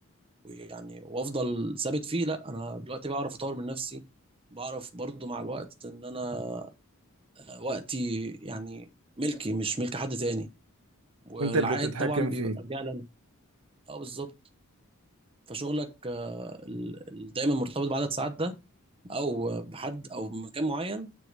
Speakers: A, on the right; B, on the right.
A: ويعني وافضل ثابت فيه لا انا دلوقتي بعرف اطور من نفسي بعرف برضو مع الوقت ان انا آه، وقتي يعني ملكي مش ملك حد تاني والعائد
B: انت اللي تتحكم
A: طبعا بيبقى
B: فيه
A: راجع لي انا اه بالظبط فشغلك آه، ال- ال- دايما مرتبط بعدد ساعات ده او بحد او مكان معين